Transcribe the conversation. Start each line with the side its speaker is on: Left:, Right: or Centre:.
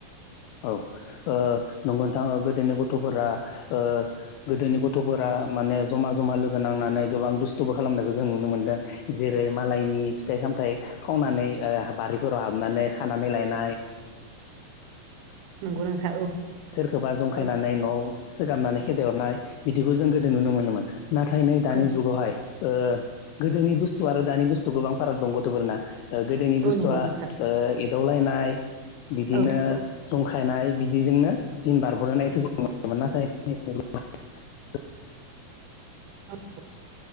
Left: औ ओ नंगौ नोथां ओ गोदोनि गथ'फोरा ओ गोदोनि गथ'फोरा ओ माने जमा जमा लोगो नांनानै गोबां दुस्थ'बो खालामनायखौ जों नुनो मोनदों। जेरै मालायनि फिथाइ सामथाइ खावनानै ओ बारिफोराव हाबनानै खानानै लायनाय
Right: नंगौ नोंथां औ।
Left: सोरखोबा जंखायनानै
Right: औ
Left: न'आव सोगाबनानै खेदायहरनाय बिदिखौ जों गोदो नुनो मोनोमोन। नाथाय नै दानि
Right: औ
Left: जुगावहाय ओ गोदोनि बदुस्थु आरो दानि दुस्थु गोबां फाराग दं गथ'फोरना गोदोनि
Right: औ
Left: दुस्थुआ
Right: नंगौ नोंथां
Left: ओ एदावलायनाय बिदिनो
Right: औ औ
Left: जंखाय लायनाय बिदिजोंनो दिन बारहरनायखौ
Right: औ
Left: जों नुनो नाथाय <unintelligible>
Right: औ <inaudible>